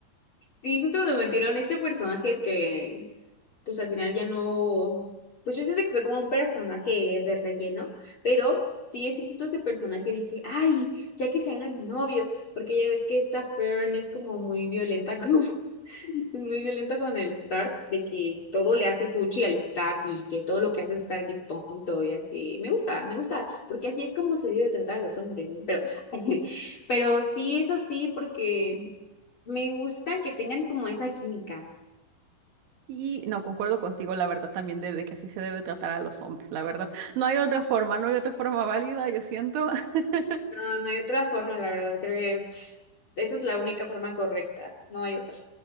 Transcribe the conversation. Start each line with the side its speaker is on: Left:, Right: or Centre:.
Left: Sí, justo cuando metieron este personaje que, pues al final ya no, pues yo siento que fue como un personaje de relleno, pero sí, es justo ese personaje dice, ay, ya que se hagan novios, porque ya ves que esta Fern es como muy violenta, <laughs> como, es muy violenta con el Stark, de que todo le hace fuchi al Stark y que todo lo que hace Stark es tonto y así. Me gusta, me gusta, porque así es como se debe tratar a los hombres, ¿no? Pero, <laughs> pero sí es así porque... Me gusta que tengan como esa química.
Right: Y no, concuerdo contigo, la verdad, también de, de que así se debe tratar a los hombres, la verdad. No hay otra forma, no hay otra forma válida, yo siento. <laughs>
Left: No, no hay otra forma, la verdad. Creo que pss, esa es la única forma correcta. No hay otra.